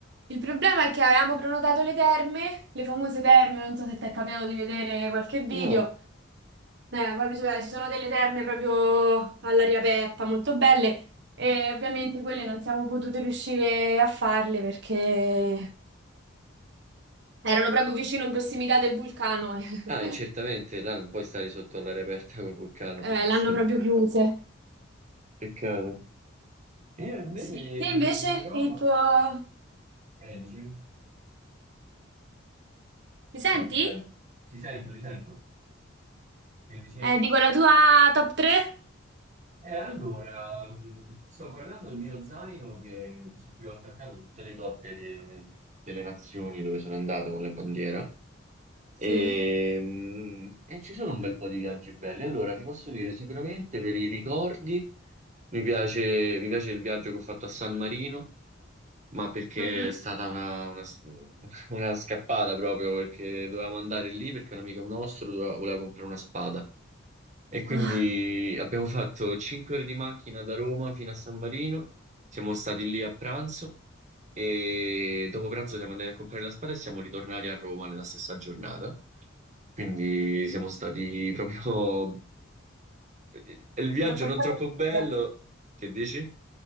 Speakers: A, on the right; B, on the right.
A: Il problema è che avevamo prenotato le terme, le famose terme, non so se ti è capitato di vedere qualche video,
B: No.
A: Eh, poi bisogna- ci sono delle terme proprio all'aria aperta, molto belle, e ovviamente quelle non siamo potute riuscire a farle perché erano proprio vicino in prossimità del vulcano e
B: Ah, e certamente
A: <laughs>
B: là non puoi stare sotto all'aria aperta col vulcano,
A: eh,
B: <laughs> giustamente.
A: l'hanno proprio chiuse.
B: Peccato. Io invece
A: Sì.
B: in,
A: Te invece
B: in Europa,
A: il tuo...
B: eh, dicevi?
A: Mi senti?
B: non ti sento, ti sento, ti sento, che dicevi?
A: Eh, dico la tua top 3?
B: E allora, mh, sto guardando il mio zaino che- su cui ho attaccato tutte le toppe de- delle nazioni dove sono andato con la bandiera
A: Sì.
B: e, mh, e ci sono un bel po' di viaggi belli. Allora, ti posso dire sicuramente per i ricordi mi piace, mi piace il viaggio che ho fatto a San Marino, ma perché
A: Mhm.
B: è stata una, una s- <laughs> una scappata proprio perché dovevamo andare lì perché un amico nostro doveva- voleva comprare una spada. E quindi
A: Ah,
B: abbiamo fatto 5 ore di macchina da Roma fino a San Marino, siamo stati lì a pranzo e dopo pranzo siamo andati a comprare la spada e siamo ritornati a Roma nella stessa giornata. Quindi siamo stati proprio... <laughs> è Il viaggio
A: una toccata
B: non troppo
A: e
B: bello,
A: fuga.
B: che dici?